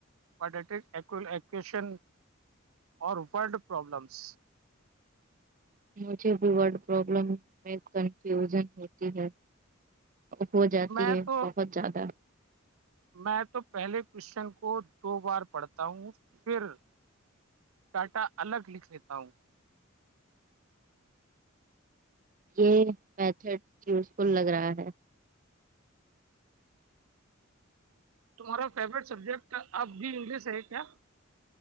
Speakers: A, on the right; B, on the right.
A: پارٹییٹک ایکویشن اور فرڈ پرابلم س
B: مجھے بھی ورڈ پرابلم میں کنفیوژن ہوتی ہے ہو جاتی
A: میں
B: ہے
A: تو
B: بہت زیادہ
A: میں تو پہلے کوشچن کو دو بار پڑھتا ہوں پھر ڈاٹا الگ لکھ لیتا ہوں
B: یہ میتھڈ یوزفل لگ رہا ہے
A: تمہارا فیورٹ سبجیکٹ اب بھی انگلش ہے کیا